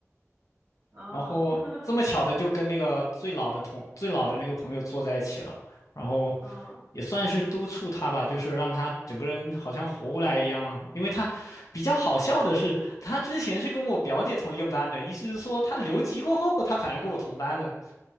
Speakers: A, on the right; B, on the left.
A: 哦，
B: 然后这么巧的就跟那个最老的同最老的那个朋友坐在一起了，
A: <laughs>
B: 然后
A: 哦，
B: 也算是督促他吧，就是让他整个人好像活过来一样。因为他比较好笑的是，他之前是跟我表姐同一个班的，意思是说他留级过后，他反而跟我同班了。